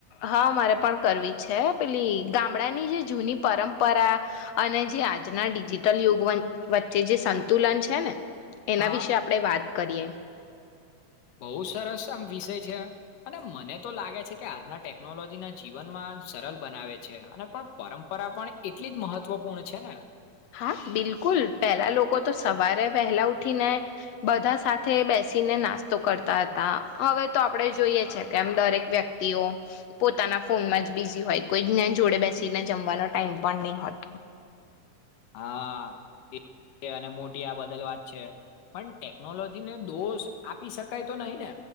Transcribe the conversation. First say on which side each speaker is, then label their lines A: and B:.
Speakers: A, on the left; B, on the left.
A: હા મારે પણ કરવી છે પેલી ગામડાની જે જૂની પરંપરા અને જે આજના ડિજિટલ યુગ વન વચ્ચે જે સંતુલન છે ને એના
B: હા
A: વિશે આપણે વાત કરીએ એમ.
B: બહું સરસ આમ વિષય છે અને મને તો લાગે છે કે આજના ટેકનોલોજીના જીવનમાં સરળ બનાવે છે અને પણ પરમ્પરા પણ એટલી જ મહત્વપૂર્ણ છે ને.
A: હા બિલકુલ પેલા લોકો તો સવારે વહેલા ઉઠીને. બધા સાથે બેસીને નાસ્તો કરતા હતા હવે તો આપણે જોઈએ છે કે આમ દરેક વ્યક્તિઓ પોતાના ફોનમાં જ બિઝી હોય કોઈ જઞ જોડે બેસીને જમવાનો ટાઈમ પણ નઈ હોય
B: હા એ અને મોટી આ બદલ વાત છે પણ ટેકનોલોજીને દોષ આપી શકાય તો નહી ને